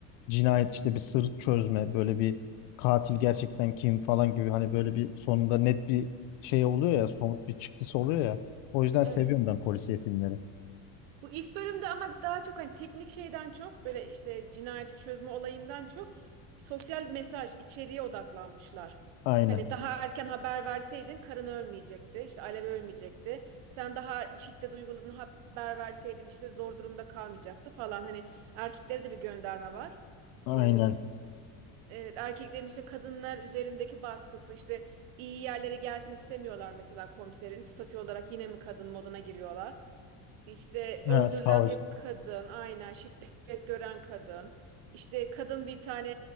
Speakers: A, on the left; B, on the right.
A: cinayet işte bir sır çözme böyle bir katil gerçekten kim falan gibi hani böyle bir sonunda net bir şey oluyor ya somut bir çıktısı oluyor ya. O yüzden
B: Evet.
A: seviyorum ben polisiye filmleri.
B: Bu ilk bölümde ama daha çok hani teknik şeyden çok böyle işte cinayeti çözme olayından çok sosyal mesaj içeriğe odaklanmışlar.
A: Aynen.
B: Hani daha erken haber verseydin karın ölmeyecekti, işte Alev ölmeyecekti. Sen daha şiddet uyguladığını haber verseydin işte zor durumda kalmayacaktı falan. Hani erkeklere de bir gönderme var.
A: Aynen.
B: Ee, s- evet, erkeklerin işte kadınlar üzerindeki baskısı işte iyi yerlere gelsin istemiyorlar mesela komiserin. Statü olarak yine mi kadın moduna giriyorlar? İşte öldürülen
A: Ha, savcı.
B: hep kadın, aynen şiddet gören kadın. İşte kadın bir tane